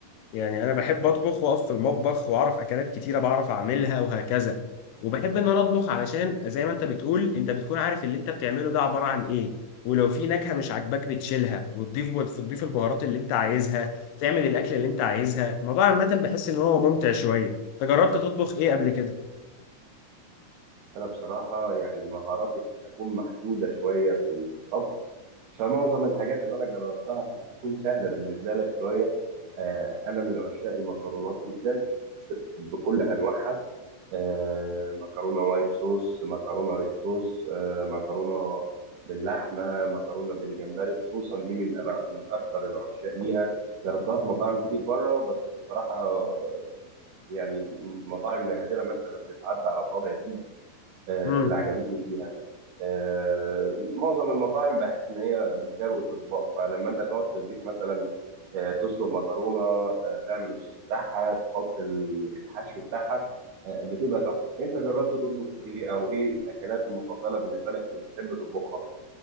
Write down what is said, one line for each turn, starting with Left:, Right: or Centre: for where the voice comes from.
Left: يعني أنا بحب أطبخ وأقف في المطبخ وأعرف أكلات كتيرة بعرف أعملها وهكذا وبحب إن أنا أطبخ علشان زي ما أنت بتقول أنت بتكون عارف اللي أنت بتعمله ده عبارة عن إيه ولو في نكهة مش عاجباك بتشيلها وتضيف وتضيف البهارات اللي أنت عايزها تعمل الأكلة اللي أنت عايزها الموضوع عامة بحس إن هو ممتع شوية أنت جربت تطبخ إيه قبل كده؟
Right: انا بصراحه يعني مهاراتي قد تكون محدوده شويه في الطبخ فمعظم الحاجات اللي انا جربتها قد تكون سهله بالنسبه لك شويه آه، انا من عشاق المكرونات جدا بكل انواعها آه، مكرونه وايت صوص مكرونه ريد صوص آه، مكرونه باللحمه مكرونه بالجمبري خصوصا دي من انا من اكثر العشاق ليها جربتها في مطاعم كتير بره بس بصراحه يعني مطاعم نادره مثلا تتعدى على صوابع الايد آه،
Left: امم
Right: اللي عجبتني فيها آه، معظم المطاعم بحس ان هي بتكروت الاطباق فلما انت تقعد في البيت مثلا آه، تسلق مكرونه آه، تعمل الصوص بتاعها تحط ال- الحشو بتاعها آه، بتبقى تحفه انت جربت تطبخ ايه او ايه الاكلات المفضله بالنسبه لك اللي بتحب تطبخها